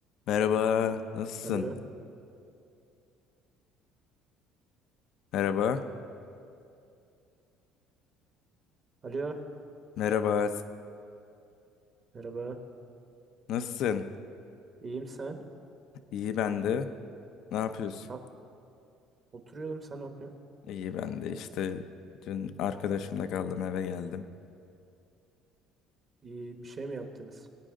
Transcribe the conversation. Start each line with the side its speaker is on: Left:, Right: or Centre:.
Left: Merhaba, nasılsın?
Right: Alo.
Left: Merhaba,
Right: Alo.
Left: merhaba,
Right: Merhaba.
Left: nasılsın?
Right: İyiyim sen?
Left: İyi ben de. Ne yapıyorsun?
Right: Na- Oturuyordum sen ne yapıyorsun?
Left: İyi ben de işte dün arkadaşımla kaldım eve geldim.
Right: İyi bir şey mi yaptınız?